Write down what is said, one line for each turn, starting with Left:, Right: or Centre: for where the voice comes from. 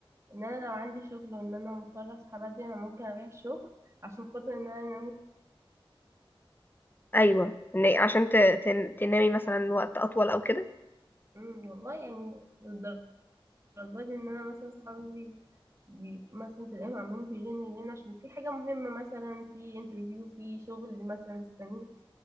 Right: ان انا لو عندي شغل وان انا مضطره اصحى بدري انا ممكن اريح الشغل عشان خاطر ان انا انام
Left: ايوه إن عشان ت- تن- تنامي مثلا وقت اطول او كده
Right: امم والله يعني للدرجة دي ان انا مثلا صحابي بي مثلا تلاقيهم عمالين بيجينا يجينا عشان في حاجة مهمة مثلا في انترفيو في شغل مثلا مستنيه